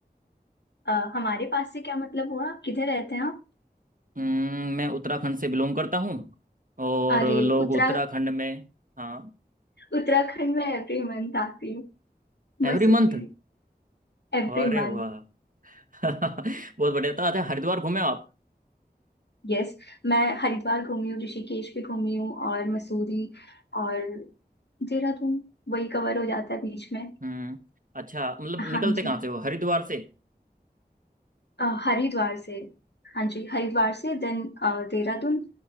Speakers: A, on the left (about 85°); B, on the right (about 50°).
A: अ, हमारे पास से क्या मतलब हुआ आप किधर रहते हैं आप
B: हम्म, मैं उत्तराखंड से बिलोंग करता हूँ और
A: अरे
B: लोग
A: उत्तरा
B: उत्तराखंड में हाँ
A: उत्तराखंड में एवरी मंथ आती हूँ मसूरी
B: एवरी मंथ
A: Every
B: अरे
A: month
B: वाह <laughs> बहुत बढ़िया तो अच्छा हरिद्वार घूमे हो आप
A: यस मैं हरिद्वार घूमी हूँ ऋषिकेश भी घूमी हूँ और मसूरी और देहरादून वही कवर हो जाता है बीच में
B: हम्म अच्छा मतलब निकलते
A: हाँ जी
B: कहाँ से हो हरिद्वार से
A: अ, हरिद्वार से हाँ जी हरिद्वार से देन देहरादून